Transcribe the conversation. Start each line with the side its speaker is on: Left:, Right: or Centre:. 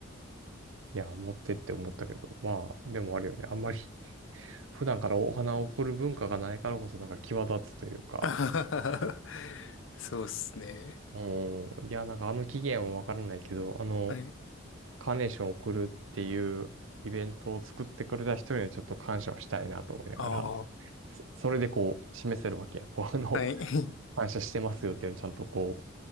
Right: いや、持ってって思ったけど、まあ、でもあるよね。あんまり <laughs> 普段からお花を贈る文化がないからこそ、なんか際立つというか、
Left: <laughs> あはははそうっすね。
Right: うん、いや、なんかあの期限はわからないけど、あの、
Left: はい。
Right: カーネーションを贈るっていうイベントを作ってくれた人にはちょっと感謝をしたいなと思いながら、
Left: ああ。
Right: そそれでこう、示せるわけや。こう、あの、
Left: はい。<laughs>
Right: <laughs> 感謝してますよっていうのをちゃんとこう、